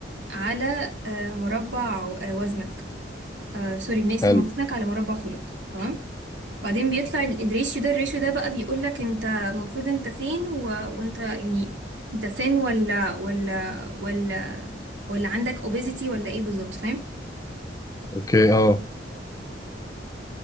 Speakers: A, on the right; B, on the left.
A: على آه، مربع آه، وزنك آه، سوري بنقسم
B: حلو
A: وزنك على مربع طولك تمام بعدين بيطلع ال- الريشيو ده الريشيو ده بقى بيقول لك انت المفروض انت فين و... وانت يعني انت سن ولا ولا ولا ولا عندك obesity ولا ايه بالظبط فاهم
B: اوكي اه